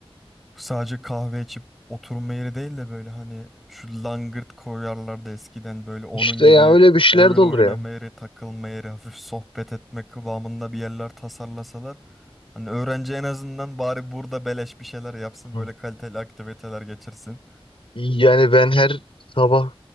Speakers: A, in the centre; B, on the left.
A: Sadece kahve içip oturma yeri değil de böyle hani şu langırt koyarlardı eskiden böyle onun
B: İşte
A: gibi
B: ya öyle bir şeyler
A: oyun
B: de olur
A: oynama
B: yani.
A: yeri, takılma yeri, hafif sohbet etme kıvamında bir yerler tasarlasalar. Hani öğrenci en azından bari burada beleş bir şeyler yapsın,
B: Hı.
A: böyle kaliteli aktiviteler geçirsin.
B: Yani ben her sabah